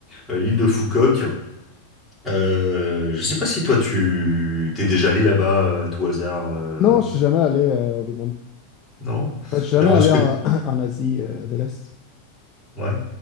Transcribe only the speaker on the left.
Non, je suis jamais allé euh, au Vietnam.
Enfin, je suis jamais
allé
en, <clears throat> en Asie euh, de l'Est.